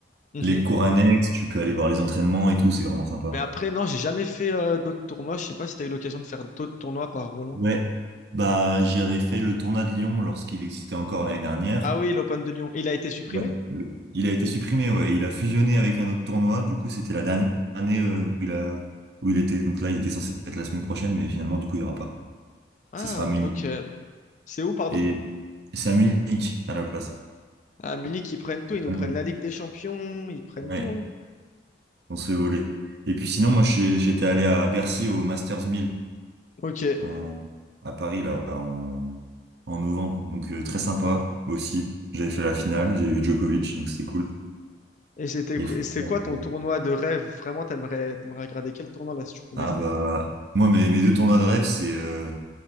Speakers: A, on the left; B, on the right.
A: mhm.
B: les cours annexes, tu peux aller voir les entraînements et tout, c'est vraiment sympa.
A: Mais après, non, j'ai jamais fait euh, d'autres tournois. Je sais pas si tu as eu l'occasion de faire d'autres tournois par Roland.
B: Ouais. Bah, j'y avais fait le tournoi de Lyon lorsqu'il existait encore l'année dernière.
A: Ah oui, l'Open de Lyon. Il a été supprimé?
B: Ouais. Le- Il a été supprimé, ouais. Il a fusionné avec un autre tournoi. Du coup, c'était la dernière année euh, où il a, où il était. Donc là, il était censé être la semaine prochaine, mais finalement, du coup, il n'y aura pas.
A: Ah,
B: Ce sera à Munich.
A: ok. C'est où, pardon?
B: Et c'est à Munich à la place.
A: À Munich, ils prennent tout, ils nous
B: Allemagne.
A: prennent la Ligue des Champions, ils prennent
B: Ouais,
A: tout. hein.
B: on s'est volé. Et puis sinon, moi, je- j'étais allé à Bercy au Masters 1000
A: Ok.
B: en- à Paris, là, en, en novembre. Donc, euh, très sympa aussi. J'avais fait la finale, j'ai eu Djokovic, donc c'était cool.
A: Et c'était,
B: Et
A: qu-
B: franchement,
A: et c'est quoi ton
B: euh,
A: tournoi de rêve? Vraiment, t'aimerais, t'aimerais regarder quel tournoi là si tu pouvais?
B: ah bah, moi, mes, mes deux tournois de rêve, c'est euh,